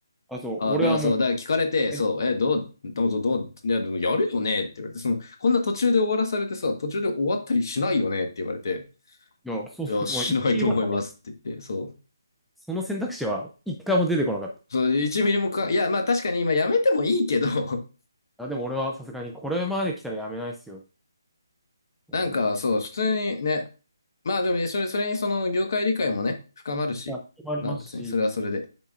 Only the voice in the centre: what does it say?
あ、そう。
俺はもう、
えい
や、そう、
まあ、一ミリも考え
その選択肢は一回も出てこなかった。
あ、でも俺はさすがにこれまで来たらやめないっすよ。
うん。
まあ、それもありますし、